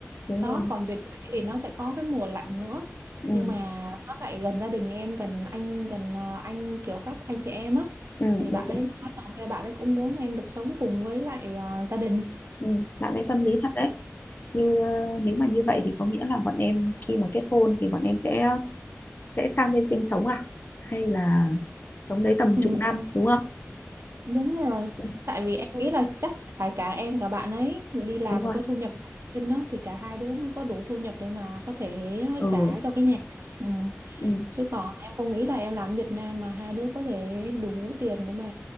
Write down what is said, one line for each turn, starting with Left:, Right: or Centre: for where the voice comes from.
Left: đúng
Right: đó
Left: rồi
Right: còn về quê thì nó sẽ có cái mùa lạnh nữa
Left: ừ
Right: nhưng mà nó lại gần gia đình em gần anh gần ờ, anh kiểu các anh chị em á
Left: ừ
Right: thì bạn
Left: ừ,
Right: ấy nói là ok bạn ấy cũng muốn em được sống cùng với lại ờ, gia đình
Left: ừ. bạn ấy tâm lý thật đấy như ờ, nếu mà như vậy thì có nghĩa là bọn em khi mà kết hôn thì bọn em sẽ sẽ sang bên sinh sống à hay là sống đấy tầm
Right: ừ,
Left: chục năm đúng không
Right: đúng rồi
Left: Ừ,
Right: tại vì em nghĩ là chắc phải cả em cả bạn ấy đi làm
Left: đúng
Right: mà
Left: rồi
Right: có thu nhập ổn định á thì cả hai đứa mới có đủ thu nhập để mà có thể ờ,
Left: ừ,
Right: trả cho cái nhà ừ.
Left: ừ,
Right: Chứ còn em không nghĩ là em làm ở Việt Nam mà hai đứa có thể đủ tiền để mà